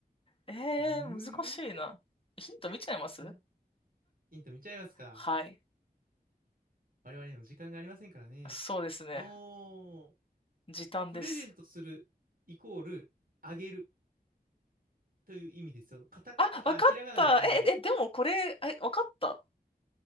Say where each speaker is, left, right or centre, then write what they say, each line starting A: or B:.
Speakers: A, on the left; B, on the right.
A: えー、
B: むむむ
A: 難しいな。ヒント見ちゃいます
B: な、ヒント見ちゃいますか。
A: はい。
B: 我々にも時間がありませんからね。
A: そうですね。
B: おー、
A: 時短です。
B: プレゼントするイコール、あげるという意味ですよ。カタカ、
A: あ、
B: あ、
A: わかった。
B: ひらがなであげる。
A: え、え、でもこれ、え、わかった。